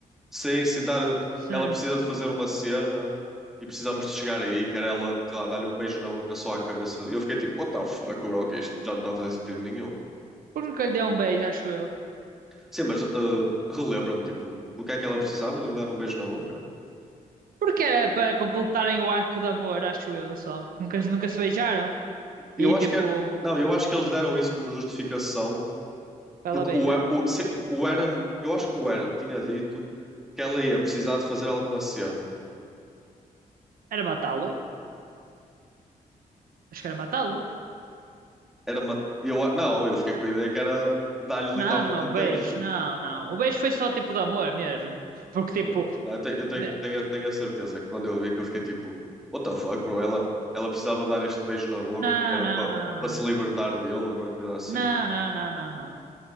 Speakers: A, in the centre; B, on the right (about 80°).
A: Sim, se dar.
B: Sim.
A: Ela precisa de fazer uma cena e precisamos de chegar aí, que era ela, sei lá, dar-lhe um beijo na boca só à cabeça. E eu fiquei tipo, what the fuck, bro, que isto já não está a fazer sentido nenhum.
B: Porque nunca lhe deu um beijo, acho eu.
A: Sim, mas ah, relembra-me, tipo, porque é que ela precisava de lhe dar um beijo na boca?
B: Porque era para completarem o arco de amor, acho eu, só. Nunca, nunca se beijaram.
A: Eu
B: E
A: acho
B: tipo,
A: que é- não, eu acho que eles deram isso como justificação,
B: para
A: porque
B: ela beijar?
A: o, o, se- o Aaron, eu acho que o Aaron tinha dito que ela ia precisar de fazer alguma cena.
B: Era matá-lo. Acho que era matá-lo.
A: Era uma, eu, a- não, eu fiquei com a ideia que era dar-lhe literalmente
B: Não, não é o
A: o
B: beijo,
A: beijo.
B: não, não. O beijo foi só tipo de amor mesmo. Porque
A: Não,
B: tipo.
A: não, eu, tenho, eu tenho,
B: de-
A: tenho, a- tenho a certeza que quando eu vi que eu fiquei tipo, what the fuck, bro? Ela, ela precisava dar este beijo na boca
B: Não,
A: que era
B: não,
A: para
B: não, não.
A: para se libertar dele ou alguma coisa assim,
B: Não,
A: tipo,
B: não, não, não, não.